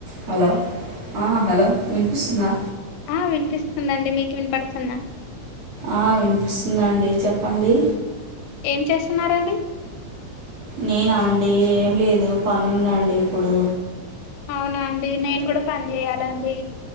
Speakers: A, on the right (about 40°); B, on the left (about 80°).
A: Hello ఆ hello వినిపిస్తుందా
B: ఆ వినిపిస్తుందండి మీకు వినపడుతుందా
A: ఆ వినిపిస్తుందండి చెప్పండి
B: ఏం చేస్తున్నారండి
A: నేనా అండి ఏం లేదు పని ఉందండి ఇప్పుడు
B: అవునా అండి నేను కూడా పని చేయాలండి